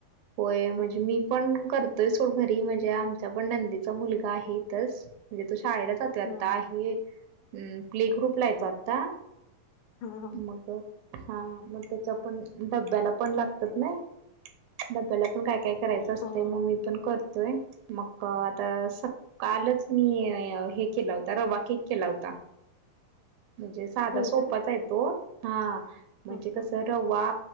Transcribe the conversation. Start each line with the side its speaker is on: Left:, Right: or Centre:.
Right: होय म्हणजे
Left: हा
Right: मी पण करत इथेच ओ घरी म्हणजे आमच्या पण नंदीचा मुलगा आहे इथंच म्हणजे तो शाळेला जो <unintelligible> आता
Left: हा
Right: हे अ प्ले ग्रुपला येतो आता
Left: हा हा
Right: मग हा मग त्याच्या पण डब्याला पण लागतात ना डब्याला <inaudible> पण काय- काय करायच असतय
Left: हा
Right: मग मी पण करतोय. मग आता कालच मी हे केला होता रवा केक केला होता. म्हणजे साधा
Left: होय
Right: सोपाचा
Left: का
Right: आहे तो हा म्हणजे
Left: हा हा
Right: कस रवा